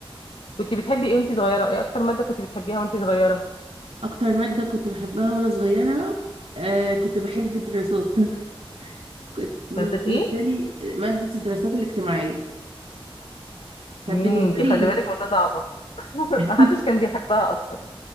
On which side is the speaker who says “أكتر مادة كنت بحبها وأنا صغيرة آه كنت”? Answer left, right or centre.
Right